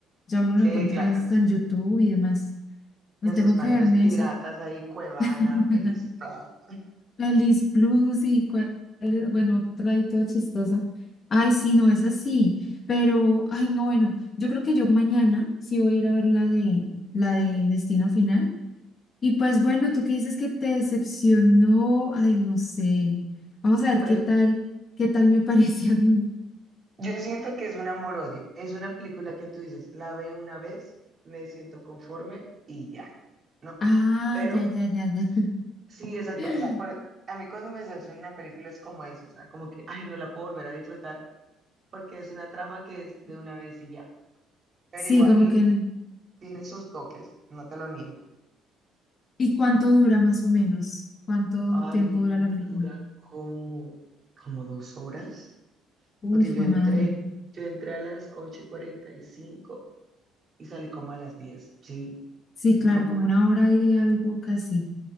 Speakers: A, on the left; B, on the right.
A: Ya uno lo
B: Sí,
A: encuentra
B: claro,
A: hasta en YouTube y demás. No
B: en
A: tengo
B: sus páginas
A: que verme
B: piratas
A: esa.
B: hay Cuevana,
A: <laughs>
B: Pelis todo.
A: Alice Plus y cuál, es- bueno, otra ahí toda chistosa. Ay, sí, no, es así, pero, ay, no, bueno, yo creo que yo mañana sí voy a ir a ver la de, la de Destino Final. Y pues bueno, tú que dices que te decepcionó, ay, no sé. Vamos a ver
B: pero
A: qué tal, qué tal me <laughs> parece a mí.
B: Yo siento que es un amor-odio. Es una película que tú dices, la veo una vez, me siento conforme y ya, ¿no?
A: Ah,
B: Pero
A: ya, ya, ya, ya.
B: sí, exacto.
A: <laughs>
B: O sea, por- a mí cuando me decepciona una película es como eso, o sea, como que, ay, no la puedo volver a disfrutar porque es una trama que es de una vez y ya. Pero
A: Sí,
B: igual
A: como que,
B: tiene sus toques, no te lo niego.
A: ¿y cuánto dura más o menos? ¿Cuánto
B: Ay,
A: tiempo dura la película?
B: dura como, como dos horas,
A: Uy,
B: porque
A: fue
B: yo entré,
A: madre.
B: yo entré a las ocho y cuarenta y cinco. y salí como a las diez Sí,
A: Sí,
B: sí,
A: claro,
B: sí, como.
A: como
B: horri-
A: una hora y algo casi.